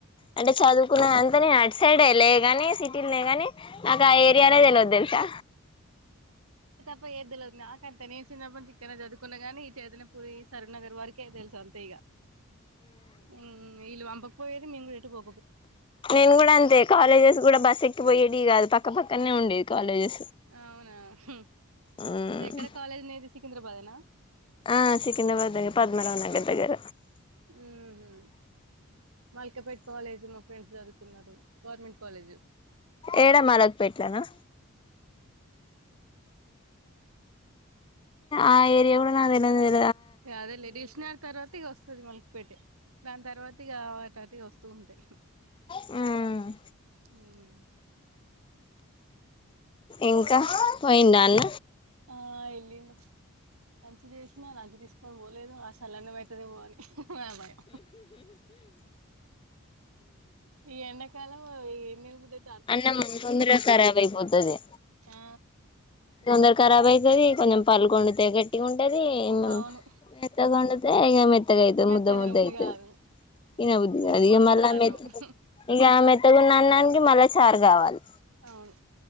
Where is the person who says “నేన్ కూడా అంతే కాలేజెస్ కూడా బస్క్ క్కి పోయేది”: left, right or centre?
Left